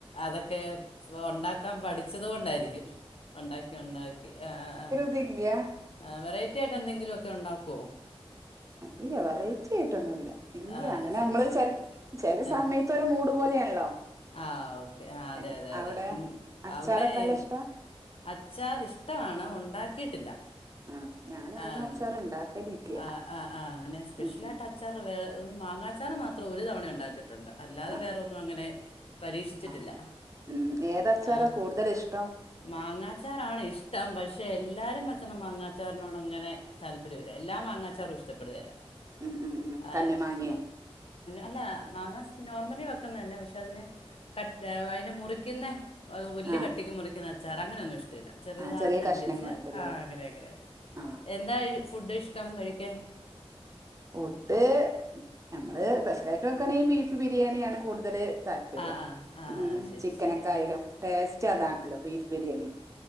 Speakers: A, on the left; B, on the right.
A: അതൊക്കെ ഉണ്ടാക്കാൻ പഠിച്ചത് കൊണ്ടായിരിക്കും. ഉണ്ടാക്കി ഉണ്ടാക്കി ആഹ് ആഹ് ആഹ്
B: ഇപ്പല്ല്യ
A: ആ വെറൈറ്റി ആയിട്ട് എന്തെങ്കിലുക്കെ ഉണ്ടാക്കോ?
B: ഇല്ല വെറൈറ്റി ആയിട്ടൊന്നുല്ല ഇല്ല
A: ആ
B: അങ്ങനെ
A: ശരി
B: നമ്മള്
A: ശരി
B: ചെൽ ചെല
A: ആ
B: സമയ ത്തൊരു മൂട് പോലെയാണല്ലോ.
A: ആ ഓക്കെ ആ
B: അങ്ങനെ
A: അതെ അതെ
B: അവിടെ
A: അതെ ഇൻ
B: അച്ചാറൊക്കെ
A: അവടെ <unintelligible>
B: നല്ല ഇഷ്ടാ
A: അച്ചാർ ഇഷ്ടമാണ് ഉണ്ടാക്കിയിട്ടില്ല.
B: ആഹ് ഞാനും അങ്ങനെ
A: ആം
B: അച്ചാർ ഇണ്ടാക്കലില്ല
A: ആഹ് ആഹ് ആഹ് അങ്ങനെ സ്പെഷ്യലായിട്ട്
B: ഉം ഉം
A: അ അച്ചാറ് വേറെ മാങ്ങാച്ചാറ് മാത്രം ഒരു തവണ ഉണ്ടാക്കിയിട്ടുണ്ട് അല്ലാതെ
B: ആഹ്
A: വേറൊന്നും അങ്ങനെ പരീക്ഷിച്ചിട്ടില്ല
B: ആഹ് ഉം ഏതച്ചാറാ
A: ആഹ്
B: കൂടുതൽ ഇഷ്ടം
A: മാങ്ങാച്ചാറാണ് ഇഷ്ടം പക്ഷെ എല്ലാരും വെക്കുന്ന മാങ്ങാച്ചാർ നോടങ്ങനെ താല്പര്യം ഇല്ല. എല്ലാ മാങ്ങാച്ചാറും ഇഷ്ടപ്പെടുകയില്ല.
B: ഉം ഉം ഉം
A: ആ
B: തണ്ണിമാങ്ങേ
A: അല്ല മാങ്ങാ നോർമലി വെക്കുന്നതന്നെ പക്ഷെ അതിങ്ങനെ കട്ട് അയിനെ മുറിക്കുന്നേ അത് വല്യ
B: ആഹ്
A: കട്ടിക്ക് മുറിക്കുന്നച്ചാറ് അങ്ങനെയൊന്നും ഇഷ്ടമില്ല. ചെറുതായിട്ട്
B: ആഹ് ചെറിയ
A: കണ്ടിച്ച്
B: കഷ്ണങ്ങളായിട്ടല്ലേ
A: അങ്ങനെ അങ്ങനെ
B: ആഹ്
A: എന്താ ഫുഡ് ഇഷ്ടം കഴിക്കാൻ
B: ഫുഡ് നമ്മള് സ്പെഷ്യലായിട്ട് വെക്കാണെങ്കിൽ ബീഫ് ബിരിയാണിയാണ് കൂടുതല് താല്പര്യം.
A: ആ ആ ആ
B: ഉം.
A: ശരി
B: ചിക്കനെക്കായാലും
A: ശരി
B: ടേസ്റ്റ് അതാണല്ലോ ബീഫ് ബിരിയാണി